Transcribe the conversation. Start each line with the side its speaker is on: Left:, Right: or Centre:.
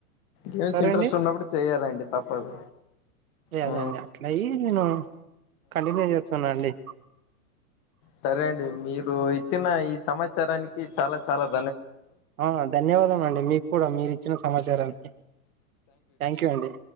Left: గేమ్స్
Right: సరే
Left: ఇంట్రెస్ట్
Right: అండి
Left: ఉన్నప్పుడు చెయ్యాలండి. తప్పదు ఆ
Right: అదే అండి అట్లయి నేను కంటిన్యూ చేస్తున్నా అండి.
Left: సరే అండి మీరు ఇచ్చిన ఈ సమాచారానికి చాలా చాల
Right: ఆ ధన్యవాదం అండి. మీకు కూడా మీరు ఇచ్చిన సమాచారానికి థ్యాంక్ యూ అండి.